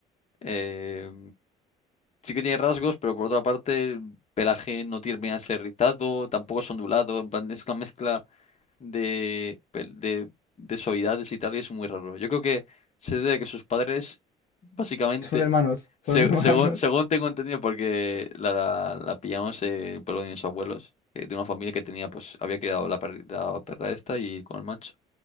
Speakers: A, on the left; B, on the left.
A: eh, sí que tiene rasgos, pero por otra parte el pelaje no termina de ser rizado, tampoco es ondulado. En plan, es una mezcla de, pel- de, de suavidades y tal, y es muy raro. Yo creo que se debe a que sus padres, básicamente,
B: Son hermanos,
A: se-
B: son hermanos.
A: según, según tengo entendido, porque la, la, la pillamos eh, por lo de mis abuelos, eh, de una familia que tenía, pues, había criado la, per- la perra esta y con el macho.